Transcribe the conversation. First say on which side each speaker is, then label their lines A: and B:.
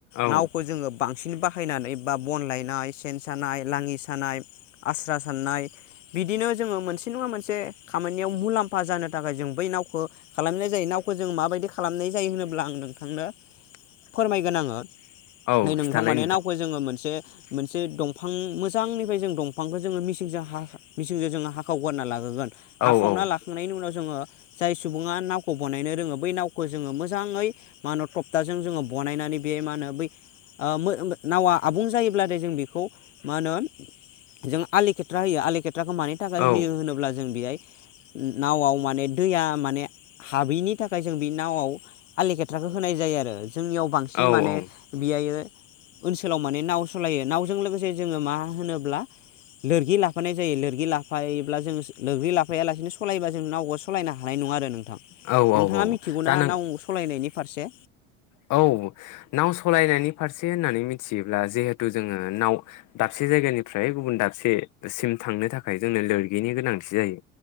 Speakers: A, on the left; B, on the left.
A: औ
B: नावखौ जोङो। बांसिन बाहायनानै बा बन लायनाय सेन सानाय, लाङि सानाय, आस्रा सानाय बिदिनो जों मोन से नङा मोनसे खामानियाव मुलाम्फा जानो थाखाय जों बै नावखौ खालामनाय जायो नावखौ जों माबायदि खालामनाय जायो होनोब्ला आं नोंथांनो फोरमायगोन आङो
A: औ
B: नै नोंथां
A: खिथालाय
B: माने नावखौ जोङो मोनसे मोन से दंफां मोजांनिफ्राय जों दंफांखौ जोङो मिसिंजों हा मिसिंजों जोङो हाखाव गारना लाबोगोन हाखावना
A: औ औ
B: लाखांनायनि उनाव जोङो जाय सुबुङा नावखौ बनायनो रोङो बै नावखौ जोङो मोजाङै मा होनो थप्थाजों जोङो बनायनानै बे मा होनो बै ओ मो मो नावा आबुं जायोब्लाथाय जों बेखौ मा होनो जों आलेखेथ्रा होयो खेथ्राखौ मानि थाखाय
A: औ
B: होयो होनोब्ला जों बेहाय नावआव माने दैया माने हाबैनि थाखाय जों बे नावआव आलि खेथ्राखौ होनाय जायो आरो जोंनियाव बांसिन
A: औ
B: माने बियायो ओनसोलाव माने नाव सालायो नाव जों लोगोसे जोङो मा होनोब्ला लोरगि लाफानाय जायो लोरगि लाफायोब्ला जों लोरगि लाफायालासिनो सलायबा जों नावबआ सालायनो हानाय नङा आरो नों थां
A: औ
B: नोंथाङा
A: औ औ
B: मिथिगौ ना
A: जानो
B: नाव सालायनायनि फारसे
A: औ नाव सालायनायनि फारसे होननानै मिथियोब्ला जिहेथु जोङो नाव दाबसे जायगानिफ्राय गुबुन दाबसे सिम थांनो थाखाय जोंनो लोरगिनि गोनांथि जायो